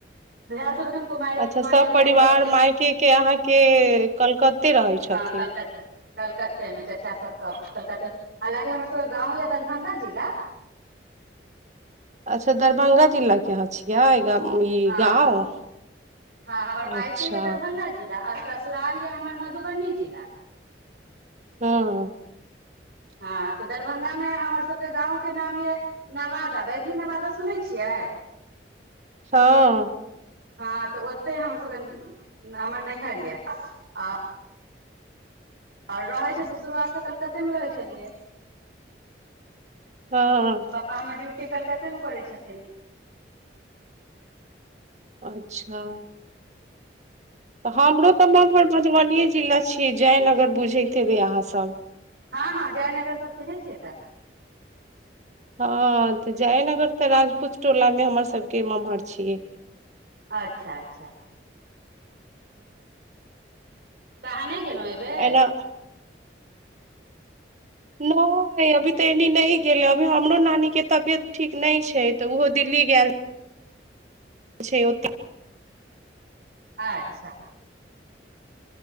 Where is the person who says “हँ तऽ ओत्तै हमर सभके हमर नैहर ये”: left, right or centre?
Right